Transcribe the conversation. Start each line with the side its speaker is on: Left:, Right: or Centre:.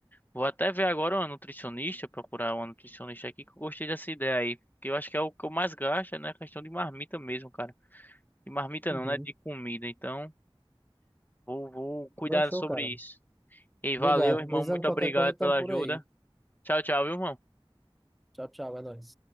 Left: Vou até ver agora uma nutricionista, procurar uma nutricionista aqui, que eu gostei dessa ideia aí. Porque eu acho que é o que eu mais gasto, né? A questão de marmita mesmo, cara. De marmita
Centre: Uhum.
Left: não, né? De comida. Então, vou, vou cuidar
Centre: Não, show,
Left: sobre
Centre: cara.
Left: isso. E aí, valeu,
Centre: Obrigado.
Left: irmão.
Centre: Precisando
Left: Muito
Centre: de qualquer
Left: obrigado
Centre: coisa, estamos
Left: pela
Centre: por
Left: ajuda.
Centre: aí.
Left: Tchau, tchau, viu, irmão?
Centre: Tchau, tchau, é nóis.